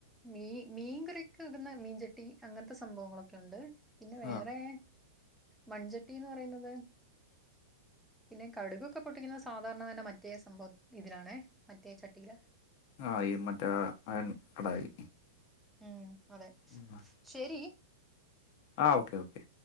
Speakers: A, in the centre; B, on the left.
A: മീ മീൻകറിവെക്കുന്ന മീൻചട്ടി അങ്ങനത്തെ സംഭവങ്ങളൊക്കെണ്ട് പിന്നെ വേറെ
B: ആ
A: മൺചട്ടിന്ന് പറയുന്നത് പിന്നെ കടുകൊക്കെ പൊട്ടിക്കുന്ന സാധാരണ തന്നെ മറ്റേ സംഭവ ഇതിലാണെ മറ്റേ ചട്ടിയില
B: ആഹ് ഈ മറ്റേ അയേൺ കടായി
A: ഉം അതെ
B: ഉം ആഹ്
A: ശരി
B: ആഹ് ഓക്കെ ഓക്കെ